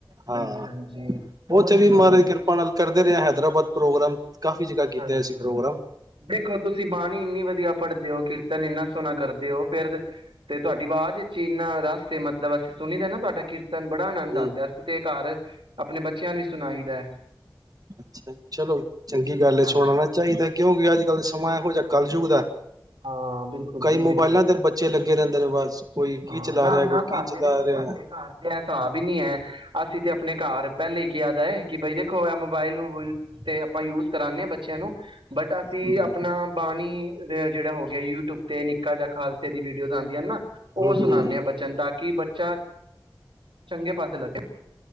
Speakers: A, on the right (about 50°); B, on the right (about 90°).
A: ਹਾਂ
B: ਹਾਂਜੀ-ਹਾਂਜੀ ਹੋਰ
A: ਉਹ ਚਵੀ
B: ਸੁਣਾਓ?
A: ਮਾਹਰਾ ਕਿਰਪਾ ਨਾਲ ਕਰਦੇ ਰਿਹਾ ਹੈਦਰਾਬਾਦ ਪ੍ਰੋਗਰਾਮ ਕਾਫ਼ੀ ਜਗ੍ਹਾ ਕੀਤਾ
B: ਹਾਂਜੀ-ਹਾਂਜੀ
A: ਅਸੀਂ ਪ੍ਰੋਗਰਾਮ
B: ਦੇਖੋ ਤੁਸੀਂ ਬਾਣੀ ਇੰਨੀ ਵਧੀਆ ਪੜ੍ਹਦੇ ਹੋ ਕਿਰਤ ਕੀਰਤਨ ਇੰਨਾ ਸੋਹਣਾ ਕਰਦੇ ਉਹ ਫੇਰ ਤੇ ਤੁਹਾਡੀ ਆਵਾਜ਼ ਵਿੱਚ ਇੰਨਾ ਰਸ ਮਤਲਬ ਅਸੀਂ ਸੁਣੀ ਦਾ ਨਾ ਤੁਹਾਡਾ ਕੀਰ ਤਨ ਤਾਂ ਬੜਾ ਆਨੰਦ
A: ਹਮ
B: ਆਂਦਾ ਸੀ ਤੇ ਘਰ ਆਪਣੇ ਬੱਚਿਆਂ ਨੂੰ ਵੀ ਸੁਣਾਈ ਦਾ
A: ਅੱਛਾ ਚਲੋ ਚੰਗੀ ਗੱਲ ਹੈ,
B: ਹਾਂਜੀ
A: ਸੁਣਨਾ
B: ਹਾਂਜੀ
A: ਚਾਹੀਦਾ ਕਿਉਂਕਿ ਅੱਜ ਕੱਲ੍ਹ ਸਮਾਂ ਇਹੋ ਜਿਹਾ ਕੱਲਯੁਗ ਦਾ
B: ਹਾਂ ਬਿਲਕੁਲ
A: ਕਈ
B: ਜੀ ਬਿਲਕੁਲ
A: ਮੋਬਾਇਲਾਂ ਤੇ ਬੱਚੇ ਲੱਗੇ ਰਹਿੰਦੇ ਨੇ ਬਸ ਕੋਈ
B: ਹਾਂ
A: ਕੀ ਚਲਾ
B: ਨਾ,
A: ਰਿਹਾ
B: ਨਾ
A: ਕੋਈ ਕੀ
B: ਸਾਡੇ
A: ਚਲਾ
B: ਤੇ ਸਾਡੇ
A: ਰਿਹਾ
B: ਘਰ ਤੇ ਐ ਹਿਸਾਬ ਹੀ ਨੀ ਏ ਅਸੀਂ ਤੇ ਆਪਣੇ ਘਰ ਪਹਿਲੇ ਹੀ ਕਿਹਾ ਦਾ ਏ ਕਿ ਬਾਈ ਦੇਖੋ ਇਹ ਮੋਬਾਇਲ ਮੋਬੂਲ ਤੇ ਆਪਾਂ ਯੂਜ ਕਰਾ ਨੇ ਆ ਬਚਿਆ ਬੱਚਿਆਂ ਨੂੰ ਬਟ ਅਸੀਂ
A: ਹਮ
B: ਆਪਣਾ ਬਾਣੀ ਜਿਹੜਾ ਹੋ ਗਿਆ ਯੂਟਿਊਬ ਤੇ ਨਿੱਕਾ ਜਿਹਾ ਖਾਲਸਾ ਦੀ ਵੀਡੀਓਜ਼ ਆਦੀਆਂ ਨਾ ਉਹ
A: ਹਮ
B: ਸੁਣਾ
A: ਹਮ
B: ਨੇ ਆ ਬਚਨ ਤੱਕ ਕਿ ਬੱਚਾ ਚੰਗੇ ਪਾਸੇ ਲੱਗੇ